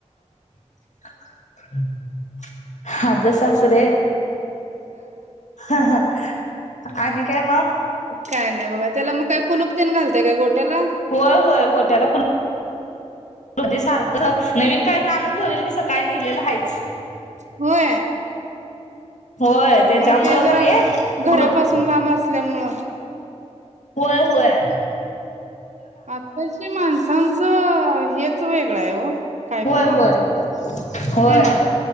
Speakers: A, on the left; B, on the right.
A: ह् अज सास्रे हा हा आणि काय म
B: काय नाही बघा त्याला मग काय कुलप तेन घालतय काय गोट्याला
A: होय होय गोट्याला कणा क सारख नवीन काय तर आणून ठेवलेलं की सकाळी नेहिलेलं आहेायच
B: होय
A: होय त्याच्यामुळ
B: मग ते जरा
A: का नाही
B: घरापासून
A: कुलूप
B: लांब असल्यामुळं
A: हु हय
B: आताश माणसांचं हे वेगळं आहे हो काय
A: होय
B: पण म्हणा
A: होय
B: तुम्ही
A: होय
B: हाय ना